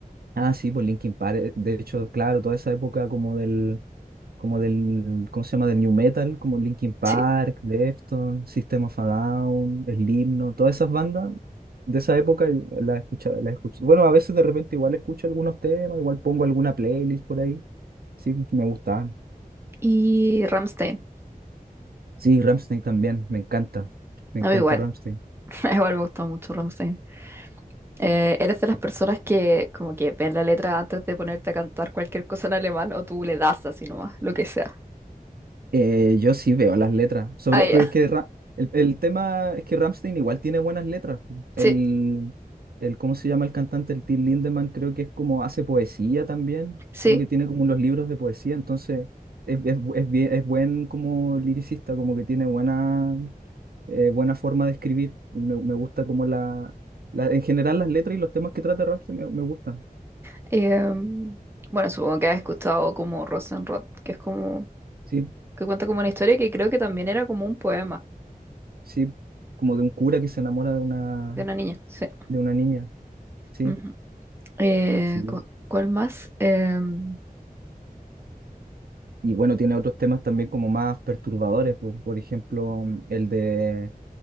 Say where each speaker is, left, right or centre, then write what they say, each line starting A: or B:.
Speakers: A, on the right (about 80°); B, on the right (about 15°).
A: Ah, sí, por Linkin Park. eh, De hecho, claro, toda esa época como del, como del, ¿cómo se llama? Del New Metal, como Linkin Park,
B: Sí.
A: Deftones, System of a Down, Slipknot, todas esas bandas de esa época eh, las escucha, las escucha. Bueno, a veces de repente igual escucho algunos temas, igual pongo alguna playlist por ahí. Sí, me gustaban.
B: Y Rammstein.
A: Sí, Rammstein también, me encanta. Me
B: A
A: encanta
B: mí igual,
A: Rammstein.
B: <laughs> igual me gustó mucho Rammstein. Eh, ¿eres de las personas que como que ven la letra antes de ponerte a cantar cualquier cosa en alemán o tú le das así nomás, lo que sea?
A: Eh, yo sí veo las letras, sobre,
B: Ah, ya.
A: pero es que Ra- el, el tema es que Rammstein igual tiene buenas letras. El,
B: Sí,
A: el, ¿cómo se llama el cantante? El Till Lindemann, creo que es como hace poesía también.
B: sí,
A: Creo que tiene como unos libros de poesía, entonces es, es, bu- es bien- es buen como liricista, como que tiene buena, eh, buena forma de escribir. Y me, me gusta como la, la- en general las letras y los temas que trata Rammstein me, me gustan.
B: Em, bueno, supongo que has escuchado como Rosenrod, que es como,
A: Sí,
B: que cuenta como una historia que creo que también era como un poema
A: sí, como de un cura que se enamora de una,
B: de una niña, sí.
A: de una niña. Sí.
B: Ujú. Eh,
A: Sí.
B: cu- ¿cuál más? Em,
A: Y bueno, tiene otros temas también como más perturbadores, por, por ejemplo, mm, el de